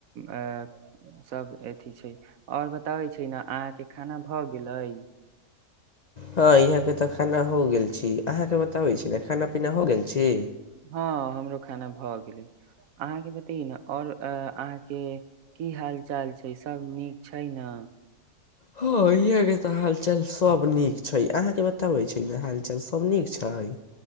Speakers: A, on the right; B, on the left.
A: अ सभ अथी छैय आओर बताबै छैय न अहाँके खाना भऽ गेलय।
B: हँ यहाँके तऽ खाना हो गेल छी अहाँके बताबै छी ने खाना पीना हो गेल छी।
A: हँ हमरो खाना भऽ गेलै अहाँके बतैए न आओर अहाँके की हाल चाल छैय सब नीक छैय न।
B: हँ ईहा के, तऽ हालचाल सब नीक छैय, अहाँके बताबै छैये न, हालचाल सब नीक छैय।